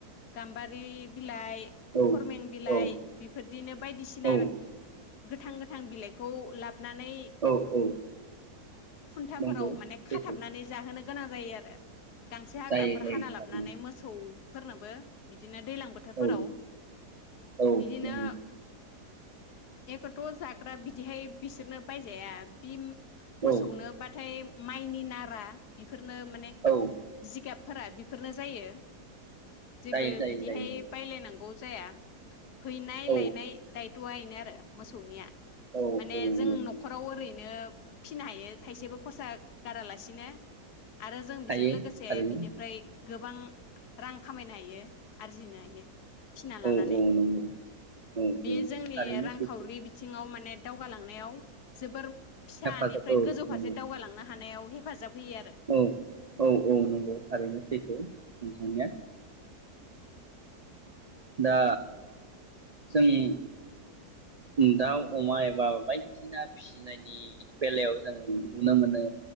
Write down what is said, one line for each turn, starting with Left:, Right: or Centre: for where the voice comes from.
Left: गाम्बारि बि बिलाइ,
Right: औ
Left: खरमें बिलाइ,
Right: औ
Left: बिफोरदिनो बायदिसिना
Right: औ
Left: गोथां गोथां बिलाइखौ लाब नानै
Right: औ औ
Left: खुन्थाफोराव
Right: नंगौ
Left: माने
Right: सैथो
Left: खाथाबनानै होनो गोनां जायो आरो। गांसो हाग्राफोर
Right: जायो जायो
Left: हाना
Right: थारैनो
Left: लाबनानै मोसौ फोरनोबो बिदि नो दैलां बोथोरफोराव
Right: औ औ
Left: बिदिनो
Right: नंगौ
Left: एखथ जाग्रा बिदिहाय बिसोरनो बायजाया बि मोसौनोबाथाय
Right: औ
Left: माइनि नारा बेफोरनो माने
Right: औ
Left: जिगाब फोरा बेफोरनो जायो। जेबो
Right: जायो जायो
Left: बिदिहाय
Right: जायो जायो
Left: बायलायनांगौ जाया। हैनाय
Right: औ
Left: लायनाय दायथआ एना आरो मोसौनिया।
Right: औ
Left: माने
Right: औ औ
Left: जों नखराव ओरै नो फिनो हायो थाइसेबो खरसा गारालासिनो। आरो जों बेजों
Right: हायो
Left: लोगोसे
Right: थारैनो
Left: बिनिफ्राय गोबां रां खामायनो हायो आरजिनो हायो फिना लानानै
Right: औ औ नंगौ औ
Left: बेयो जोंनि
Right: थारैनो
Left: रांखावरि
Right: सैथो
Left: बिथिङाव माने दावगालांनायाव जोबोर फिसानिफ्राय
Right: हेफाजाब औ
Left: गोजौ फारसे
Right: नंगौ
Left: दावगालांनो हानायाव हेफाजाब होयो आरो
Right: औ औ औ नंगौ थारैनो सैथो नोंथांनिया। दा जोंनि उ दाउ अमा एबा बायदिसिना फिसिनाय नि बेलायाव जों नुनो मोनो